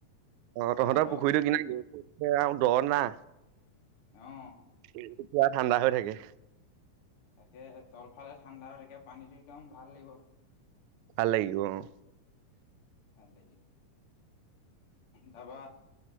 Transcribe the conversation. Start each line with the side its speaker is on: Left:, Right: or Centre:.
Right: অ',
Left: গা
Right: তহঁতৰ
Left: ধোৱাও
Right: পুখুৰীটো
Left: হ'ব
Right: কিনা আৰু দ না
Left: অ',
Right: বিৰেণ্ডটো পোৰা ঠাণ্ডা হৈ থাকে
Left: তাকে তলফালে ঠাণ্ডা হৈ থাকে পানীটো একদম ভাল লাগিব
Right: ভাল‌ লাগিব অ',
Left: <inaudible> তাৰপা